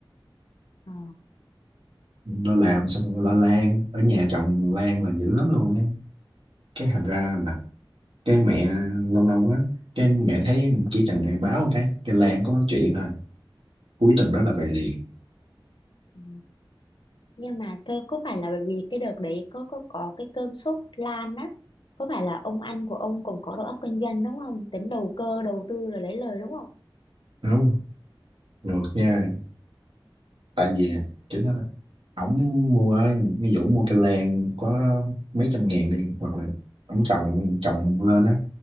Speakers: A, on the left; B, on the right.
A: Ờ.
B: lo làm xong rồi lo lan ở nhà trồng lan là dữ lắm luôn á cái thành ra là cái mẹ lâu lâu á cái mẹ thấy chỉ cần mẹ báo cái cái lan có chuyện thôi cuối tuần
A: ừ.
B: đó là về liền
A: ừ. nhưng mà tôi có phải là bởi vì cái đợt đấy có có có cái cơn sốt lan á có phải là ông anh của ông cũng có đầu óc kinh doanh đúng không tính đầu cơ đầu tư rồi lấy lời đúng không
B: đúng không? ngược nha tại vì
A: không
B: kiểu đó ổng mua ví dụ mua cây lan có mấy trăm ngàn đi hoặc là ổng trồng trồng lên á